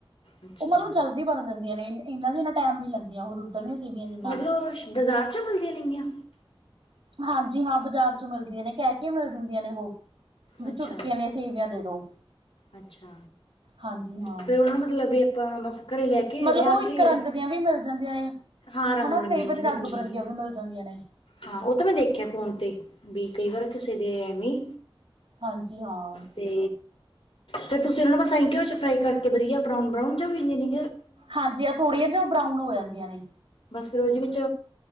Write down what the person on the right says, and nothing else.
ਉਹ ਮਤਲਬ ਜਲਦੀ ਬਣ ਜਾਂਦੀ ਨੇ ਇੰਨਾ ਇੰਨਾ ਟਾਈਮ ਨੀ ਲੈਂਦੀਆਂ ਉਹ ਦੁੱਧ ਦੀਆਂ ਸੇਵੀਆਂ ਜਿੰਨਾ।
ਹਾਂਜੀ ਹਾਂ ਬਾਜ਼ਾਰ ਚ ਮਿਲਦੀਆਂ ਨੇ ਕਹਿ ਕੇ ਮਿਲ ਜਾਂਦੀਆਂ ਨੇ ਉਹ ਵੀ
ਚੁਟਕੀਆਂ ਨੇ ਸੇਵੀਆਂ ਦੇ ਦੋ
ਹਾਂਜੀ ਹਾਂ
ਮਤਲਬ
ਉਹ ਇੱਕ
ਰੰਗ ਦੀਆਂ ਵੀ ਮਿਲ ਜਾਂਦੀਆਂ ਨੇ
ਹਨਾ
ਕਈ
ਵਾਰੀ ਰੰਗ
ਬਿਰੰਗੀਆਂ
ਵੀ ਮਿਲ ਜਾਂਦੀਆਂ ਨੇ
ਹਾਂਜੀ ਹਾਂ
ਹਾਂਜੀ ਆ ਥੋੜੀਆਂ ਜਿਆਂ ਉਹ ਬਰਾਊਨ ਹੋ ਜਾਂਦੀਆਂ ਨੇ